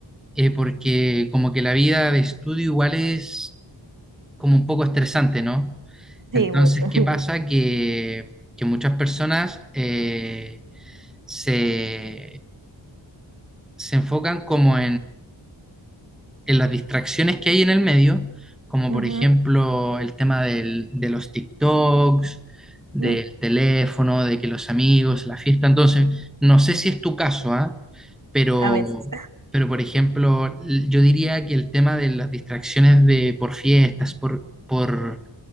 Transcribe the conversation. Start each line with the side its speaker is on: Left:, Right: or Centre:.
Centre: eh, porque como que la vida de estudio igual es como un poco estresante, ¿no?
Right: Sí,
Centre: Entonces,
Right: mucho.
Centre: ¿qué
Right: <laughs>
Centre: pasa? Que, que muchas personas eh, se, se enfocan como en las distracciones que hay en el medio, como
Right: Ujú,
Centre: por ejemplo el tema del- de los TikToks, del
Right: ujú.
Centre: teléfono, de que los amigos, la fiesta. Entonces, no sé si es tu caso, ¿ah? Pero,
Right: A veces.
Centre: pero por ejemplo, l- yo diría que el tema de las distracciones de, por fiestas, por, por,